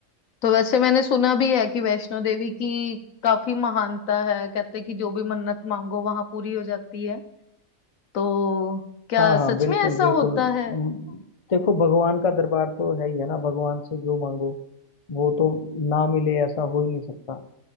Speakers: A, on the left; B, on the left.
A: तो वैसे मैंने सुना भी है कि वैष्णो देवी की काफी महानता है कहते हैं कि जो भी मन्नत मांगो वहां पूरी हो जाती है तो क्या
B: हाँ
A: सच
B: हाँ बिल्कुल
A: में ऐसा
B: बिल्कुल
A: होता है
B: म, देखो भगवान का दरबार तो है ही है ना भगवान से जो मांगो वो तो ना मिले ऐसा हो ही नहीं सकता